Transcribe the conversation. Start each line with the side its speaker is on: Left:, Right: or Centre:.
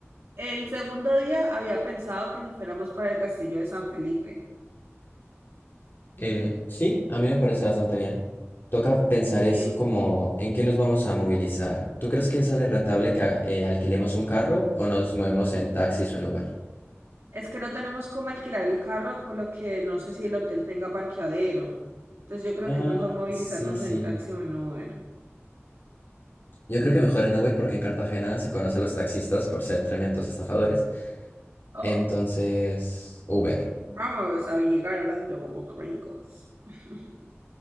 Right: El segundo día había pensado que nos fuéramos para el castillo de San Felipe.
Left: Eh, sí, a mí me parece bastante bien. Toca pensar
Right: Sí,
Left: es como en qué nos vamos a movilizar. ¿Tú crees que sale rentable que haga- eh, alquilemos un carro o nos movemos en taxis o en Uber?
Right: es que no tenemos cómo alquilar el carro, por lo que no sé si el hotel tenga parqueadero. Entonces yo creo
Left: Ah,
Right: que es mejor movilizarnos
Left: sí, sí.
Right: en taxi o en Uber.
Left: Yo creo que mejor en Uber porque en Cartagena se conoce a los taxistas por ser tremendos estafadores.
Right: Oh,
Left: Entonces, Uber.
Right: vamos a llegar hablando como gringos. <laughs>